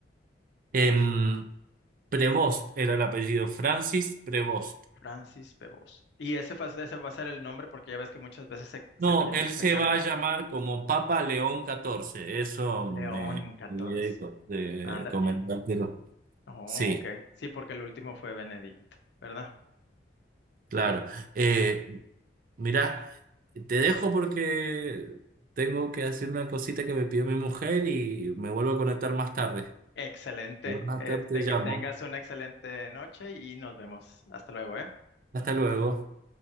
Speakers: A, on the right; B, on the left.
A: Em, Prevost era el apellido, Francis Prevost.
B: Francis Bebos. Y ese, fa- ese va a ser el nombre porque ya ves que muchas veces se,
A: No,
B: se tiene,
A: él se
B: se cambia.
A: va a llamar como Papa León catorce eso
B: León
A: me
B: catorce.
A: olvidé de, co- de
B: Ándale.
A: comentártelo.
B: Oh,
A: Sí,
B: ok. Sí, porque el último fue Benedicto, ¿verdad?
A: claro. Eh, mirá, te dejo porque tengo que hacer una cosita que me pidió mi mujer y me vuelvo a conectar más tarde.
B: Excelente.
A: Más
B: Este,
A: tarde te llamo.
B: que tengas una excelente noche y nos vemos. Hasta luego, ¿eh?
A: Hasta luego.